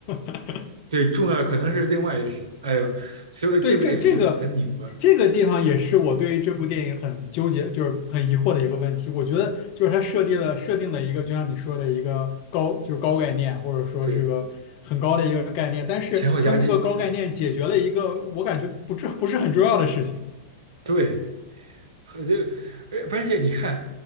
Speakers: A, on the left; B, on the right.
A: <laughs>
B: 对，重要的可能是另外一个事情，哎呦，所以说这部电影其实很拧巴，
A: 对，这这个这个地方也是我对于这部电影很纠结，就是很疑惑的一个问题。我觉得就是它设定了设定了一个，就像你说的一个高，就是高概念，或者说这个很高的一个概念，
B: 对，
A: 但是它用这个高概念解决了一个我感觉不是不是很重要的事情。
B: 前后夹击，对，和这个，而而且你看，